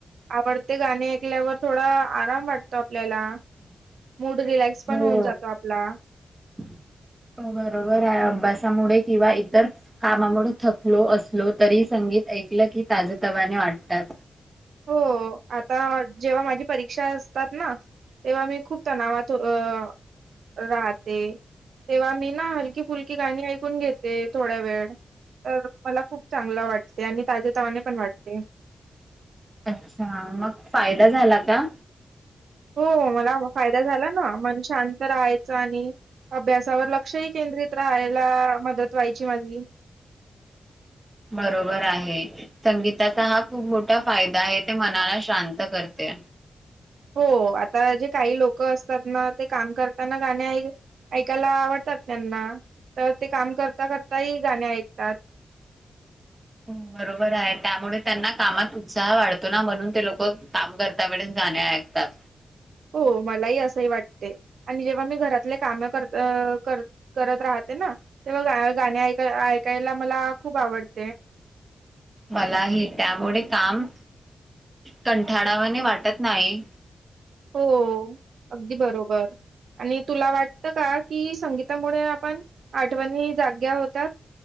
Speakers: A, on the right (about 80°); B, on the right (about 20°).
A: आवडते गाणे ऐकल्यावर थोडा आराम वाटतो आपल्याला.
B: <inaudible>
A: मूड रिलॅक्स
B: हो.
A: पण होऊन जातो आपला.
B: <inaudible> हो बरोबर आहे अभ्यासामुळे किंवा इतर कामामुळे थकलो असलो तरी संगीत ऐकलं की ताजे तवाने वाटतात.
A: हो आता जेव्हा माझी परीक्षा असतात ना, तेव्हा मी खूप तणावात अ राहते. तेव्हा मी ना हलकी फुलकी गाणी ऐकून घेते थोडांवेळ. तर मला खूप चांगलं वाटते आणि ताजे तवाने पण वाटते.
B: अच्छा, मग फायदा झाला का?
A: हो मला फायदा झाला ना मन शांत राहायच आणि अभ्यासावर लक्षही केंद्रित राहायला मदत व्हायची माझी.
B: <inaudible> बरोबर आहे संगीताचा हा खूप मोठा फायदा आहे ते मनाला शांत कर ते
A: हो आता जे काही लोक असतात ना ते काम करताना गाणे ऐकायला आवड तात त्यांना, तर ते काम करता करता ही गाणे ऐकतात.
B: हम्. बरोबर आहे त्यामुळे त्यांना कामात उत्साह वाढतो ना म्हणून ते लोकं काम करता वेळेस गाणे ऐक तात.
A: हो मलाही असंही वाटते आणि जेव्हा मी घरातले काम कर-करत राह ते ना, तेव्हा गाणी ऐकायला मला खूप आवडते.
B: मलाही त्यामुळे काम कंठाळावाने वाटत नाही.
A: हो! अगदी बरोबर. आणि तुला वाटतं का कि संगीतामुळे आपण आठवणी जाग्या होतात?